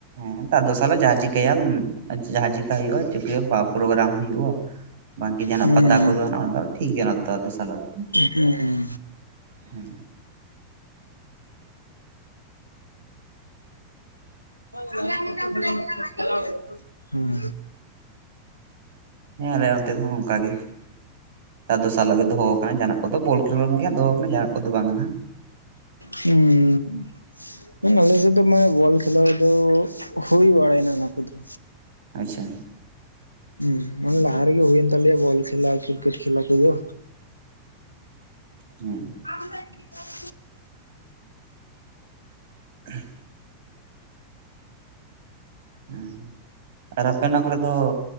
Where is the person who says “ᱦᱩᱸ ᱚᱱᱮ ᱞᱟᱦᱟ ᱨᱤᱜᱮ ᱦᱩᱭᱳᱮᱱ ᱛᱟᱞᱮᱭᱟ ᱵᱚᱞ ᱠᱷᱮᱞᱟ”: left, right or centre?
Left